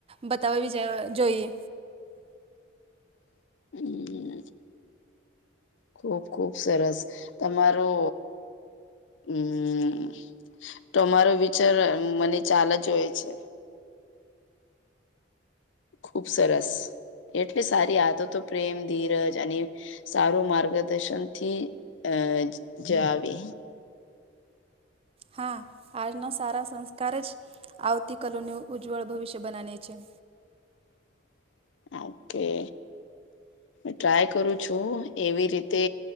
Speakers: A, on the right (about 30°); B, on the left (about 80°).
A: બતાવી અ જોઈએ
B: <inaudible> એમ ખુબ ખુબ સરસ તમારો હમ તમારો વિચાર મને ચાલ જ હોય છે. ખુબ સરસ. એટલે સારી આદતો પ્રેમ ધીરજ અને, સારું માર્ગદર્શનથી અ જાવે.
A: હા આજના સારા સંસ્કાર જ આવતી કલોનું ઉજ્જવળ ભવિષ્ય બનાને છે.
B: <inaudible> ઓકે. ટ્રાય કરું છું એવી રીતે